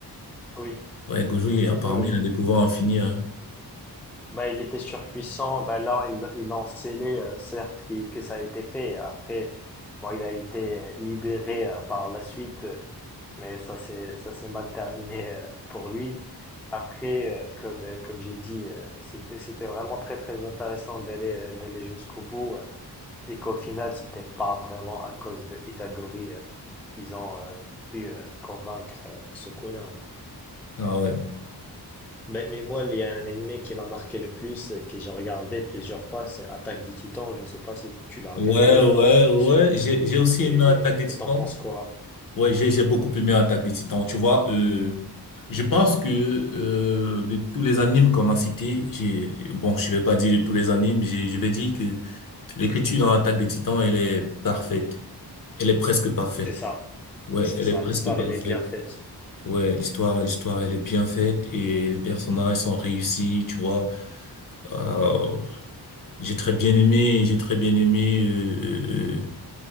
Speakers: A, in the centre; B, on the left.
A: oui,
B: Ouais, Gojo, il- apparemment,
A: oui, oui.
B: il a des pouvoirs infinis, hein.
A: Bah, il était surpuissant. Bah, là, il, il en scellé, euh, certes, qui- que ça a été fait. Après, bon, il a été euh, libéré euh, par la suite, euh, mais ça s'est, ça s'est mal terminé euh, pour lui. Après, euh, comme, euh, comme j'ai dit, euh, c'était, c'était vraiment très, très intéressant d'aller, euh, d'aller jusqu'au bout. euh, et qu'au final, c'était pas vraiment à cause de Itadori, euh, qu'ils ont, euh, pu, euh, convaincre, euh, Sukuna.
B: Ah ouais.
A: Ben, mais moi, il y a un animé qui m'a marqué le plus, euh, que j'ai regardé plusieurs fois, c'est Attaque des Titans. Je ne sais pas si tu l'as
B: Ouais,
A: regardé
B: ouais, ouais.
A: et, et c'est-
B: J'ai, j'ai aussi
A: et-
B: aimé Attaque des Titans.
A: et t'en penses quoi?
B: Ouais, j'ai, j'ai beaucoup aimé Attaque des Titans. Tu vois, euh, je pense que, euh, de tous les animes qu'on a cités, j'ai, bon, je vais pas dire de tous les animes, j'ai- je vais dire que l'écriture dans Attaque des Titans, elle est parfaite. Elle est presque parfaite.
A: C'est ça.
B: Ouais,
A: C'est
B: elle
A: ça.
B: est presque
A: L'histoire,
B: parfaite.
A: elle est bien faite.
B: Ouais, l'histoire, l'histoire, elle est bien faite et les personnages sont réussis, tu vois. Euh, j'ai très bien aimé, j'ai très bien aimé. euh, euh, euh.